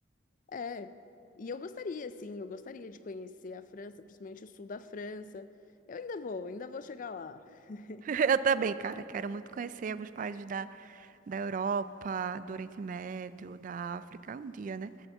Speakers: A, on the left (about 45°); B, on the right (about 45°).
A: É. E eu gostaria, sim, eu gostaria de conhecer a França, principalmente o sul da França. Eu ainda vou, ainda vou chegar lá. <laughs>
B: <laughs> Eu também, cara, quero muito conhecer alguns países da, da Europa, do Oriente Médio, da África, um dia, né?